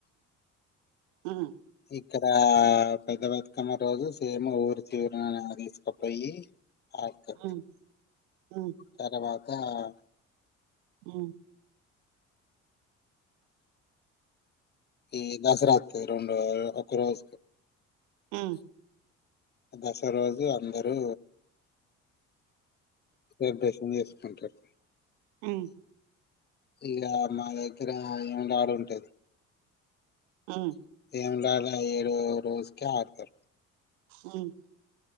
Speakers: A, on the right; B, on the left.
A: మ్మ్
B: ఇక్కడ పెద్ద బతుకమ్మ రోజు సేమ్ ఊరి చివర తీసకుపోయి అరకు
A: ఉమ్ ఉమ్
B: తరువాత ఆ
A: అ
B: ఈ దసరకి రెండు ఒక రోజ
A: ఆ
B: దస రోజు అందరూ వభ్యాసంగా చేసుకుంటారు
A: ఉమ్
B: ఇలా మా దగ్గర ఏమ ఆడు ఉంటది
A: ఆ
B: ఏంలాల ఏడూ రోజుకే ఆడతారు
A: హ్మ్